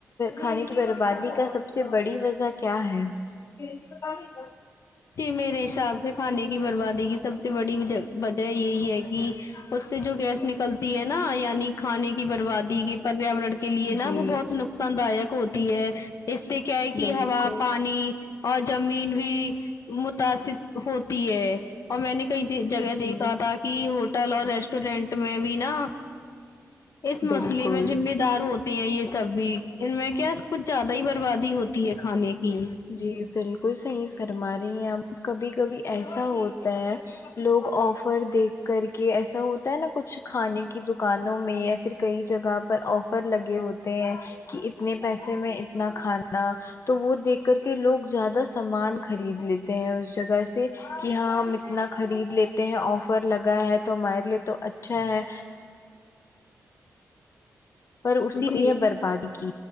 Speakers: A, on the left (about 55°); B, on the left (about 70°).
A: خانی بربادی کا سب سے بڑی وجہ کیا ہے پانی <unintelligible>
B: جی میرے حساب سے کھانے کی بربادی کی سب سے بڑی وجہ یہی ہے کہ اس سے جو گیس نکلتی ہے نا یعنی کھانے بربادی کی پریاورن کے لیے نا
A: جی
B: وہ بہت نقصان دائک ہوتی ہے اس سے کیا ہے کہ
A: بالکل
B: ہوا پانی اور زمین بھی متاثر ہوتی ہے اور میں نے کئی ج جگہ دیکھا
A: جی
B: تھا کہ ہوٹل اور ریسٹورینٹ میں بھی نا اس مسلے
A: بالکل
B: میں ذمہ دارو ہوتی ہیں یہ سب بھی ان میں کیا کچھ زیادہ ہی بربادی ہوتی ہے کھانے کی
A: جی بالکل صحیح فرما رہی ہیں اپ کبھی کبھی ایسا ہوتا ہے لوگ آفر دیکھ کر کے ایسا ہوتا ہے نا کچھ کھانے کی دکانوں میں یا پھر کئی جگہ پر آفر لگے ہوتے ہیں کہ اتنے پیسے میں اتنا کھانا تو وہ دیکھ کر کے لوگ زیادہ سامان خرید لیتے ہیں اس جگہ سے کہ ہاں ہم اتنا خرید لیتے تے ہیں آفر لگا ہے تو ہمارے لیے تو اچھا ہے پر اسی
B: جی
A: لیہ بر پانی کی